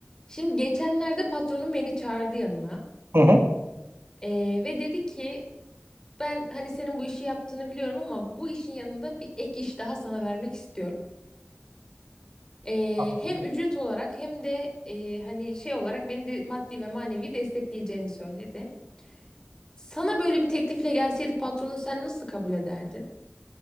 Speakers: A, on the left (about 15°); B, on the right (about 65°).
A: Şimdi geçenlerde patronum beni çağırdı yanına
B: Hı hı.
A: Ee, ve dedi ki ben hani senin bu işi yaptığını biliyorum ama bu işin yanında bir ek iş daha sana vermek istiyorum. Ee,
B: Anladım.
A: hem ücret olarak hem de e, hani şey olarak beni de maddi ve manevi destekleyeceğini söyledi. Sana böyle bir teklifle gelseydi patronun sen nasıl kabul ederdin?